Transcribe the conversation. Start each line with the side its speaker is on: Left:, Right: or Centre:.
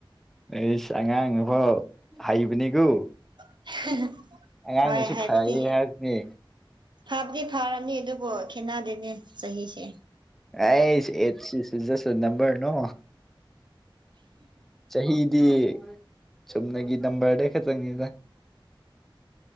Centre: ꯑꯦꯁ ꯑꯉꯥꯡ ꯅꯨꯕꯣ ꯍꯩꯕꯅꯤꯀꯣ
Right: <unintelligible>
Centre: ꯑꯉꯥꯡꯗꯨꯁꯨ
Right: ꯍꯣꯏ ꯍꯥꯏꯕꯗꯤ
Centre: ꯐꯔꯌꯦ ꯍꯥꯏꯕꯅꯦ
Right: ꯐꯕꯗꯤ ꯐꯔꯅꯤ ꯑꯗꯨꯕꯨ ꯈꯦꯠꯅꯗꯦꯅꯦ ꯆꯍꯤꯁꯦ
Centre: ꯑ ꯁꯤꯖꯁꯣ ꯅꯝꯕꯝꯕꯔ ꯅꯣ ꯆꯍꯤꯗꯤ ꯆꯨꯝꯅꯒꯤ ꯅꯝꯕꯔ ꯗꯦ ꯈ ꯆꯪꯅꯤꯗ